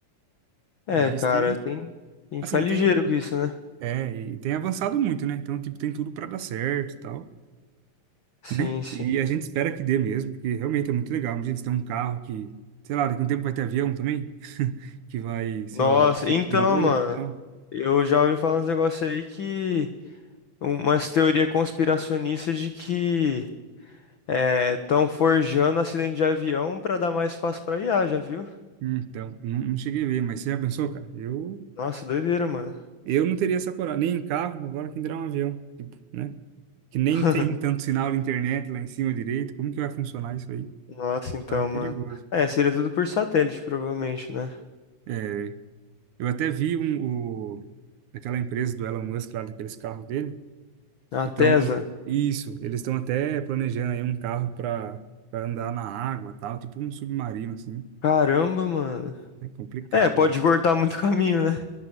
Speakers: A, on the left; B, on the right.
A: É,
B: Mas
A: cara,
B: tem,
A: tem, tem
B: assim,
A: que ficar ligeiro
B: tem,
A: com isso, né?
B: é, e tem avançado muito, né? Então, tipo, tem tudo pra dar certo e tal,
A: Sim,
B: né?
A: sim.
B: E a gente espera que dê mesmo, porque realmente é muito legal. Imagina, você tem um carro que, sei lá, daqui a um tempo vai ter avião também, que vai, sei
A: Nossa,
B: lá, sem
A: então,
B: piloto
A: mano.
B: e tal.
A: Eu já ouvi falar uns negócios aí que. umas teorias conspiracionistas de que estão forjando acidente de avião pra dar mais espaço pra IA, já viu?
B: Então, não, não cheguei a ver, mas você já pensou, cara? Eu.
A: Nossa, doideira, mano.
B: Eu não teria essa coragem, nem em carro, agora quem dirá um avião, tipo, né? Que nem
A: <laughs>
B: tem tanto sinal de internet lá em cima direito, como que vai funcionar isso aí?
A: Nossa, então,
B: Então é perigoso.
A: mano. É, seria tudo por satélite, provavelmente, né?
B: É, eu até vi um, o, aquela empresa do Elon Musk lá, daqueles carros dele,
A: A
B: que
A: Tesla.
B: estão, isso, eles estão até planejando aí um carro para para andar na água tal, tipo um submarino, assim.
A: Caramba, mano.
B: É complicado,
A: É, pode
B: né?
A: cortar muito <laughs> caminho, né?